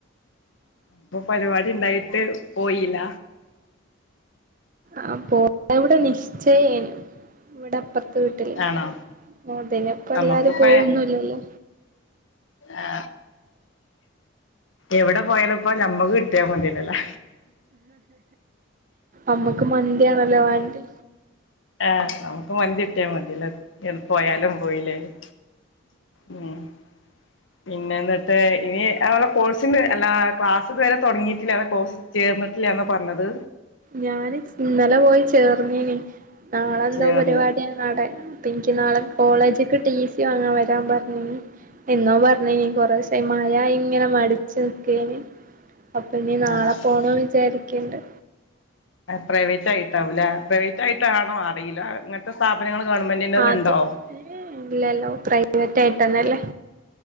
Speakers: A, on the left; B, on the right.
A: അപ്പൊ പരിപാടി ഉണ്ടായിട്ട് പോയില്ല
B: ആ പോ ഇവിടെ നിശ്ചയേന് ഇവിടെ അപ്പറത്ത് വീട്ടില് <inaudible>
A: ആണോ
B: അപ്പൊ
A: നമുക്കിപ്പ
B: എല്ലാരും പോവൊന്നുല്ലല്ലോ
A: ആ എവിടെ പോയാല ഇപ്പം ഞമ്മക്ക് കിട്ടിയാൽ മതീല്ലോ ല്ലേ
B: അമ്മക്ക് മന്തിയാണല്ലോ വേണ്ടിയെ
A: ആ നമുക്ക് മന്തിട്ട്യാ മതീല്ലോ എന് പോയാലും പോയില്ലേലും ഉം പിന്നെ എന്നിട്ട് ഇനി അങ്ങനെ കോഴ്സിന് അല്ല ക്ലാസ്സ് ഇത് വരെ തൊടങ്ങിയിട്ടില്ല അല്ല കോഴ്സിനു ചേർന്നിട്ടില്ല്യന്ന പറഞ്ഞത്
B: ഞാന് ഇന്നലെ പോയി ചേർ ന്നിനു നാളെന്തോ
A: ചേർന്ന്
B: പരിപാടിയാരുന്നു ആടെ അപ്പ എനിക്ക് നാളെ കോളേജ്ക്ക് ടി സി വാങ്ങാൻ വരാൻ പറഞ്ഞിനു എന്നോ പറഞ്ഞിനു കൊറേസായി മഴ ഇങ്ങനെ മടിച്ചു നിക്കേയ്ന് അപ്പൊ ഇനി നാളെ
A: ആഹ്
B: പോണം വിചാരിക്കണ്ട്
A: പ്രൈവറ്റ് ആയിട്ടാവൂല്ലേ പ്രൈവറ്റ് ആയിട്ടാണോ അറിയില്ല അങ്ങനത്തെ സ്ഥാപനങ്ങൾ ഗവൺമെന്റിന്റെത്
B: അത്
A: ഉണ്ടോ
B: ഇല്ലല്ലോ പ്രൈവറ്റ് ട്ടായിട്ടന്നല്ലേ